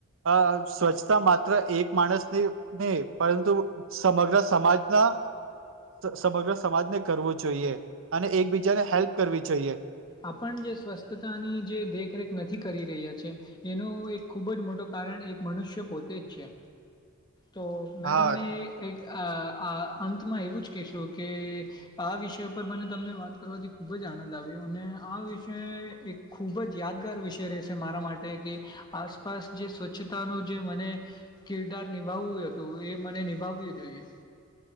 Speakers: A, on the right; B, on the left.
A: અ સ્વચ્છતા માત્ર એક માણસની નહી પરંતુ સમગ્ર સમાજના સમગ્ર સમાજને કરવું જોઈએ અને એકબીજાને હેલ્પ કરવી જોઈએ
B: આપણ જે સ્વસ્થતાની જે દેખરેખ નથી કરી રહ્યા છે એનો એક ખૂબ જ મોટો ક એક મનુષ્ય પોતે જ છે તો મેં
A: હા
B: તમને એક અ અંતમાં એવું જ કહેશો કે આ વિષય પર મને તમને વાત કરવાથી ખૂબ જ જાણી અને આ વિષય એક ખૂબ જ યાદગાર વિષય રહેશે મારા માટે કે આસપાસ જે સ્વચ્છતા ન જે મને કિરદાર નિભાવવું હતું એ મને નિભાવવું જોઈએ